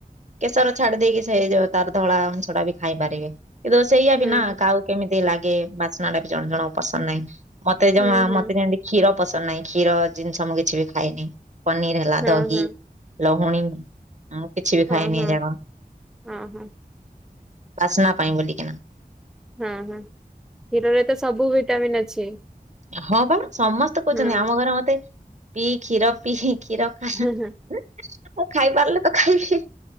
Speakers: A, on the right; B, in the centre.
A: କେଶର ଛାଡି଼ ଦେଇକି ସେ ଯୋଉ ତାର ଧଳା ଅଂଶ ଟା ବି ଖାଇ ପାରିବେ। କିନ୍ତୁ ସେଇଆ
B: ହୁଁ
A: ବି ନା କହା କେମିତି ଲାଗେ ବାସ୍ନା ଟା ବି ଜଣେ ଜଣଙ୍କୁ ପସନ୍ଦ ନାହିଁ। ମତେ ଜମା
B: ହୁଁ ହୁଁ
A: ମତେ ଯେମତି କ୍ଷୀର ପସନ୍ଦ ନାହିଁ। କ୍ଷୀର ଜିନିଷ ମୁଁ କିଛି ବି ଖାଇନି। ପନିର ହେଲା
B: ହଁ
A: ଦହି,
B: ହଁ
A: ଲହୁଣୀ। ହଁ କିଛି ବି
B: ହଁ
A: ଖାଇନି
B: ହଁ।
A: ଜାଣ
B: ହଁ ହଁ
A: ବାସ୍ନା ପାଇଁ ବୋଲିକିନା।
B: ହଁ ହଁ କ୍ଷୀରରେ ତ ସବୁ ଭିଟାମିନ୍ ଅଛି।
A: ହଁ ବା ସମସ୍ତେ କହୁଛନ୍ତି।
B: ହୁଁ।
A: ଆମ ଘରେ ମତେ ପିଇ କ୍ଷୀର ପିଇ କ୍ଷୀର ମୁଁ
B: ହଁ ହଁ
A: ଖାଇପାରିଲେ ତ ଖାଇବି।